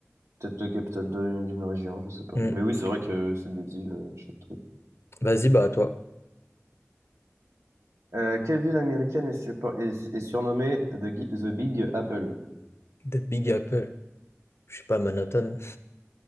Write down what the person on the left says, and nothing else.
Mm.
Vas-y, bah à toi.
The Big Apple. Je sais pas, Manhattan.